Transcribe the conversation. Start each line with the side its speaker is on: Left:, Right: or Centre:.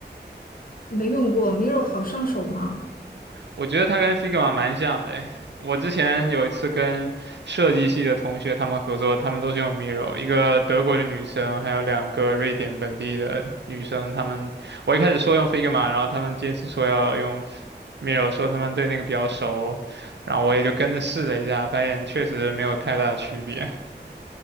Left: 还没用过 Miro 好上手吗？
Right: 我觉得它跟 Figma 蛮像的诶。我之前有一次跟设计系的同学他们合作，他们都是用 Miro，一个德国的女生，还有两个瑞典本地的女生。他们我一开始说用 Figma，然后他们坚持说要用 Miro，说他们对那个比较熟，然后我也就跟着试了一下，发现确实没有太大的区别。